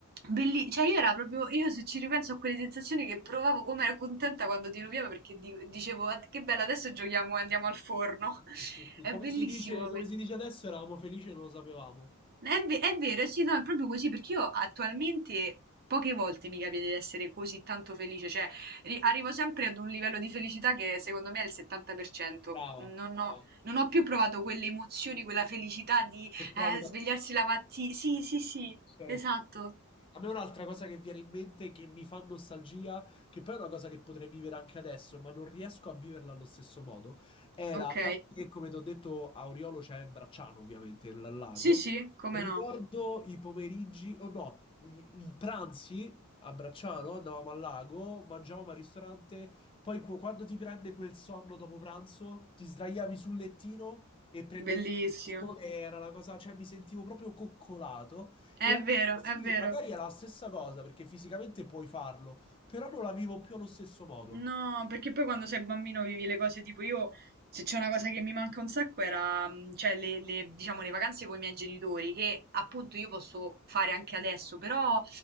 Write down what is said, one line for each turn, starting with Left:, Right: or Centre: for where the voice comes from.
Right: belli- cioè io era proprio, io se ci ripenso a quelle sensazioni che provavo, come ero contenta quando diluviava perché di- dicevo "Ah, che bello, adesso giochiamo e andiamo al forno. <laughs>
Left: Sì, sì, sì.
Right: È
Left: Come
Right: bellissimo
Left: si dice, come
Right: questo.
Left: si dice adesso, eravamo felici e non lo sapevamo.
Right: È, ve- è vero, sì, no, è proprio così perché io attualmente poche volte mi capita di essere così tanto felice, cioè ri- arrivo sempre ad un livello di felicità che secondo me è il 70%.
Left: Brava.
Right: Non ho,
Left: brava.
Right: non ho più provato quelle emozioni, quella felicità di
Left: Che provi
Right: eh,
Left: da...
Right: svegliarsi la mattina. Sì, sì, sì,
Left: Certo.
Right: esatto.
Left: certo. A me un'altra cosa che viene in mente che mi fa nostalgia, che poi è una cosa che potrei vivere anche adesso, ma non riesco a viverla allo stesso modo, era,
Right: Ok?
Left: dato che come ti ho detto a Oriolo c'è Bracciano ovviamente, il lago,
Right: Sì, sì, come
Left: ricordo
Right: no.
Left: i pomeriggi, o no, i, i pranzi a Bracciano, andavamo al lago, mangiavamo al ristorante, poi qu- quando ti prende quel sonno dopo pranzo, ti sdraiavi sul lettino e prendevi
Right: Bellissimo.
Left: il sole, era la cosa, cioè mi sentivo proprio coccolato.
Right: È
Left: E adesso
Right: vero,
Left: sì,
Right: è vero.
Left: magari è la stessa cosa perché fisicamente puoi farlo, però non la vivo più allo stesso modo.
Right: No, perché poi quando sei bambino vivi le cose tipo io, se c'è una cosa che mi manca un sacco era, mm, cioè, le, le, diciamo, le vacanze con i miei genitori, che appunto io posso fare anche adesso, però